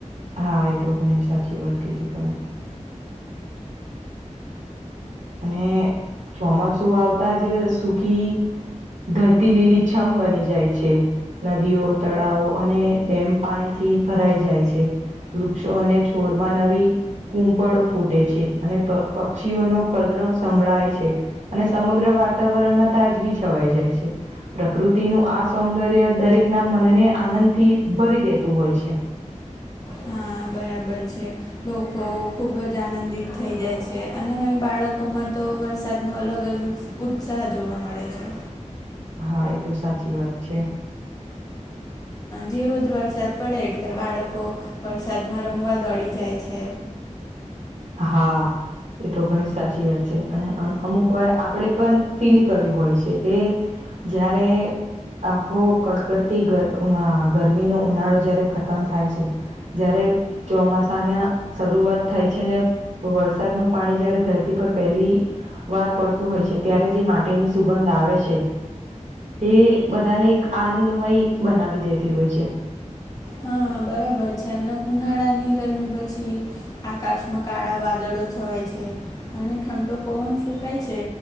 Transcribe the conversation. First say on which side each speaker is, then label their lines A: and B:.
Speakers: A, on the right (about 65°); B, on the left (about 30°).
A: હા એ તો ઘણી સાચી વાત કીધી તમે અને ચોમાસું આવતા જ સુખી ધરતી લીલી છમ બની જાય છે નદીઓ તળાવો અને ડેમ પાણીથી ભરાઈ જાય છે વૃક્ષો અને છોડમાં નવી કૂપળો ફૂટે છે અને પ પક્ષીઓનો કલ સંભળાય છે અને સમગ્ર વાતાવરણમાં તાજગી છવાઈ જાય છે પ્રકૃતિનું આ સૌંદર્ય દરેકના મનને આનંદથી ભરી દેતું હોય છે
B: હા બરાબર છે લોકો ખૂબ જ આનંદિત થઈ જાય છે અને બાળકોમાં તો વરસાદનો અલગ જ ઉત્સ ઉત્સાહ જોવા મળે છે
A: હા એ તો સાચી વાત છે
B: જેવો જ વરસાદ પડે એટલે બાળકો વરસાદમાં રમવા દોડી જાય છે
A: હા એ તો ઘણી સાચી વાત છે અને અમુક વાર આપણે પણ ફીલ કર્યું હોય છે કે જ્યારે આખો કડકડતી અ ગરમીનો ઉનાળો જ્યારે ખતમ થાય છે જય્યારે ચોમાસાને શરૂઆત થાય છે ને વરસાદનું પાણી જયારે ધરતી પર પહેલી વાર પડતું હોય છે ત્યારે જે માટેની સુગંધ આવે છે એ બધાને એક આનંદમય બનાવી દેતી હોય છે
B: હા બરાબર છે અને ઉનાળાની ગરમી પછી આકાશમાં કાળા વાદળો છવાય છે અને ઠંડો પવન ફૂંકાય છે